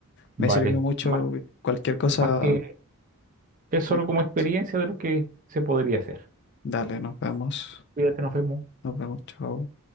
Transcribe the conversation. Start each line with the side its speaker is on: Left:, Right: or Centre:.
Right: Vale.
Left: Me sirvió mucho.
Right: Más,
Left: Cualquier cosa
Right: más que es solo
Left: le comento.
Right: como experiencia de lo que se podría hacer.
Left: Dale, nos vemos.
Right: Cuídate, nos vemos.
Left: Nos vemos, chao.